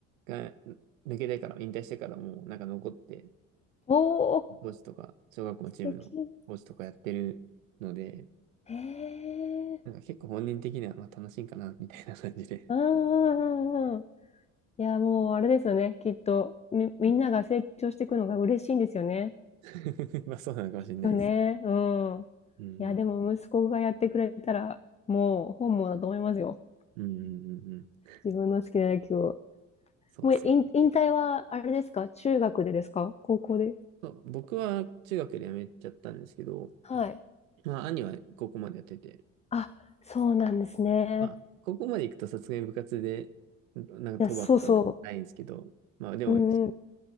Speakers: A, on the right; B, on the left.
A: が抜けてから、引退してからもなんか残って、
B: おー、
A: コーチとか、小学校のチームのコーチとかやってるので、
B: 素敵。へえ。
A: なんか結構本人的にはまあ楽しいんかな、みたいな感じで。
B: うんうんうんうん。いや、もうあれですよね。きっと、み、みんなが成長していくのが嬉しいんですよね。
A: うん <laughs> まあそうなのかもしれないです。
B: きっとね。うん。
A: うん。
B: いや、でも息子がやってくれたら、もう本望だと思いますよ。
A: うんうんうんうん
B: 自分の好きな野球を。
A: そうですよ。
B: もう引、引退は、あれですか中学でですか高校で。
A: そう僕は中学で辞めちゃったんですけど、
B: はい。
A: まあ兄は高校までやってて、
B: あ、そうなんですね。
A: まあ高校まで行くとさすがに部活で、なんか当番みたいなのないんですけど、
B: いや、そうそ
A: まあでも
B: う。うんうん。